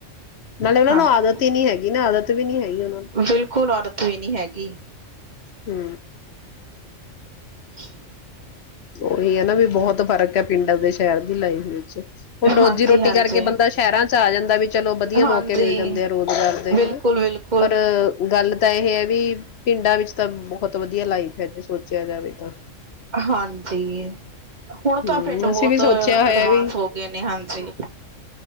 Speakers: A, on the left; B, on the right.
A: ਨਾਲੇ ਉਹਨਾਂ
B: ਹਾਂਜੀ
A: ਨੂੰ ਆਦਤ ਈ ਨੀ ਹੈਗੀ ਨਾ, ਆਦਤ ਵੀ ਨੀ ਹੈਗੀ। ਉਹਨਾਂ ਨੂੰ
B: ਬਿਲਕੁਲ ਆਦਤ ਵੀ ਨਹੀ ਹੈਗੀ।
A: ਹੁੰ।
B: <unintelligible>
A: ਔਈ ਏ ਨਾ ਵੀ ਬਹੁਤ ਫ਼ਰਕ ਹੈ ਪਿੰਡਾਂ ਦੇ ਸ਼ਹਿਰ ਦੀ ਲਾਈਫ ਵਿੱਚ। ਹੁਣ ਰੋਜੀ-ਰੋਟੀ
B: ਹਾਂਜੀ ਹਾਂਜੀ
A: ਕਰਕੇ ਬੰਦਾ ਸ਼ਹਿਰਾਂ ਚ ਆ ਜਾਂਦਾ ਵੀ ਚਲੋ ਵਧੀਆ
B: ਹਾਂਜੀ
A: ਮੌਕੇ ਮਿਲ ਜਾਂਦੇ ਆ ਰੁਜ਼ਗਾਰ ਦੇ
B: ਬਿਲਕੁਲ
A: ਹੇਨਾ
B: ਬਿਲਕੁਲ
A: ਪਰ ਗੱਲ ਤਾਂ ਇਹ ਹੈ ਵੀ ਪਿੰਡਾਂ ਵਿੱਚ ਤਾਂ ਬਹੁਤ ਵਧੀਆ ਲਾਈਫ ਫਿਰ ਤਾਂ ਸੋਚੋ ਸ਼ਹਿਰ ਆਵੇਗਾ।
B: ਹਾਂਜੀ, ਹੁਣ ਤਾਂ
A: ਹਮ
B: ਪਿੰਡ ਬਹੁਤ
A: ਅਸੀਂ ਵੀ ਸੋਚਿਆ ਹੋਇਆ
B: ਅਡਵਾਂਸ
A: ਵੀ
B: ਹੋ ਗਏ ਨੇ ਹਾਂਜੀ।